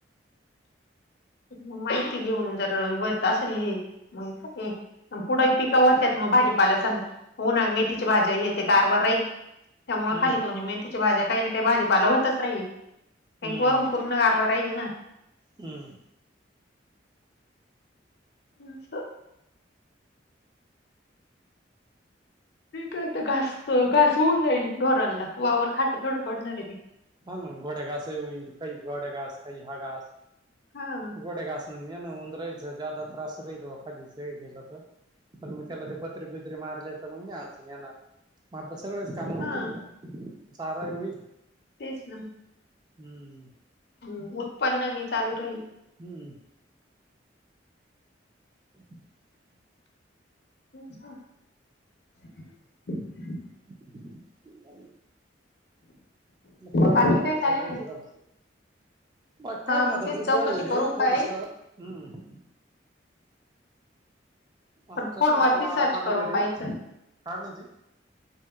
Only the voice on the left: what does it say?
मग माहिती घेऊन जर होत असेल हे मग काय आणि पुढंही पिक होत्याच मग भाजीपाला संग उन्हाळ्यात मेथीची भाज्या हे ते गारवा राहील. त्यामुळे
खाली <unintelligible> मेथीची भाज्या काही ना काही भाजीपाला होतच राहील. आणि
वरून पूर्ण गारवा राहील ना.
हम्म असं नाही काय ते घास घास होऊन जाईल ढोरांला वावर खाट थोडं पडणार आहे ते.
हा.
हा
तेच ना.
हम्म उत्पन्नबी चालू राहील.
<inaudible>
बाकी
काय चालू
आहे
हा
तेच
चौकशी करून
पाय
पण फोनवरती
सर्च करून
पाहायचं